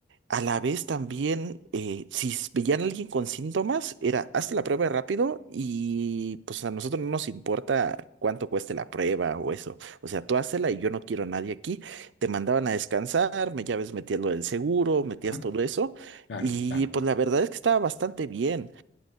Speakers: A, on the right; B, on the left.
A: a la vez también, eh, si s- veían a alguien con síntomas, era hazte la prueba rápido y pues a nosotros no nos importa cuánto cueste la prueba o eso. O sea, tú hazla y yo no quiero a nadie aquí. Te mandaban a descansar, me, ya ves, metías lo del seguro, metías
B: ajá,
A: todo eso.
B: claro,
A: Y
B: claro.
A: pues la verdad es que estaba bastante bien